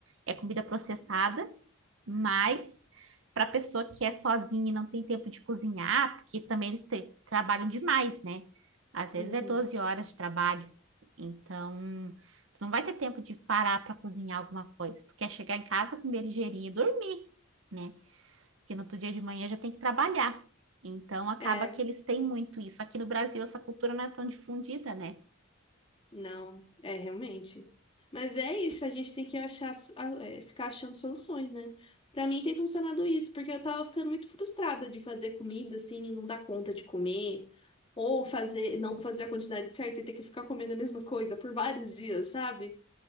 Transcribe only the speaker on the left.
uhum.
É.
Não, é realmente. Mas é isso, a gente tem que achar, s- a- é, ficar achando soluções, né? Pra mim tem funcionado isso, porque eu tava ficando muito frustrada de fazer comida assim e não dar conta de comer, ou fazer, não fazer a quantidade certa e ter que ficar comendo a mesma coisa por vários dias, sabe?